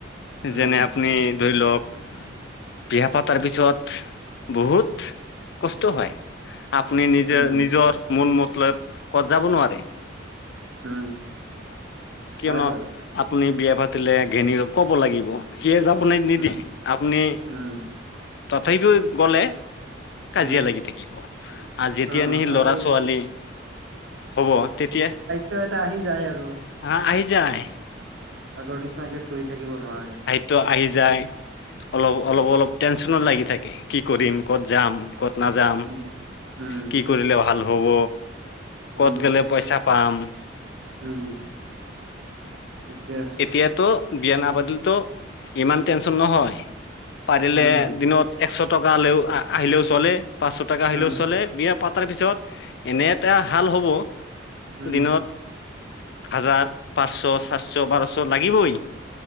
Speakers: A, on the right (about 70°); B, on the left (about 60°).
A: উম,
B: যেনে আপুনি ধৰি লওক- বিয়া পাতাৰ পিছত বহুত কষ্ট হয়। আপুনি নিজে
A: উম,
B: নিজৰ মল মত লৈ কত যাব নোৱাৰে
A: উম
B: কিয়নো
A: হয় বাৰু।
B: আপুনি বিয়া পাতিলে ঘেনীৰ ক'ব লাগিব। সিয়ে যাবলৈ নিদিয়ে
A: উম,
B: আপুনি
A: উম,
B: যেতেগই গলে
A: উম,
B: কাজিয়া লাগি থাকিব। আৰু যেতিয়া
A: অ'
B: নি সি ল'ৰা
A: আৰু
B: ছোৱালী হব তেতিয়া।
A: টো এটা আহি যায় আৰু
B: অ আহি যায়।
A: আগৰ নিচিনা ফুৰি থাকিব নোৱাৰে।
B: তো আহি যাই অলপ অলপ অলপ টেনচনো লাগি থাকে কি কৰিম ক'ত যাম। ক'ত নাযাম
A: উম, উম,
B: কি কৰিলে ভাল হ'ব
A: উম,
B: ক'ত গ'লে পইচা পাম
A: উম ঠিকে আছে।
B: এতিয়াতো বিয়া নাবাদিলেতো ইমান টেনশন নহয় পাৰিলে
A: উম,
B: দিনত একশ টকালেও আহিলেও চলে পাঁচশ টকা আহিলেও
A: উম,
B: চলে বিয় পাতাৰ পিছত এনে এটা হাল হ'ব
A: উম,
B: দিনত। হাজাৰ পাঁচশ চাতশ বাৰশ লাগিবই-